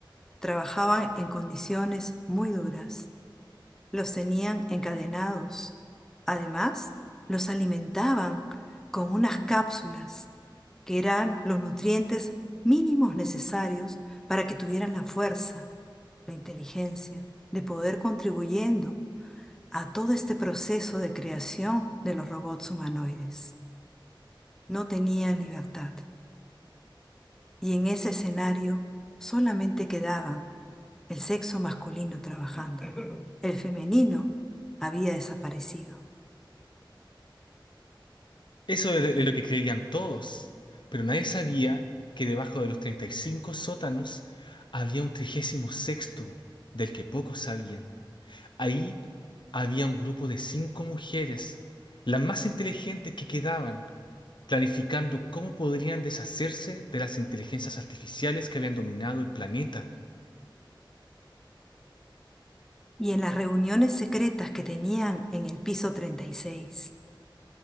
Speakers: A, in the centre; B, on the left (about 65°).
A: trabajaban en condiciones muy duras Los tenían encadenados. Además, los alimentaban con unas cápsulas que eran los nutrientes mínimos necesarios para que tuvieran la fuerza, la inteligencia, de poder contribuyendo a todo este proceso de creación de los robots humanoides. No tenían libertad y en ese escenario solamente quedaban el sexo masculino trabajando. El femenino había desaparecido.
B: Eso es lo es lo que creían todos, pero nadie sabía que debajo de los 35 sótanos había un trigésimo sexto, del que pocos sabían. Ahí había un grupo de cinco mujeres, las más inteligentes que quedaban, planificando cómo podrían deshacerse de las inteligencias artificiales que habían dominado el planeta.
A: y en las reuniones secretas que tenían en el piso 36,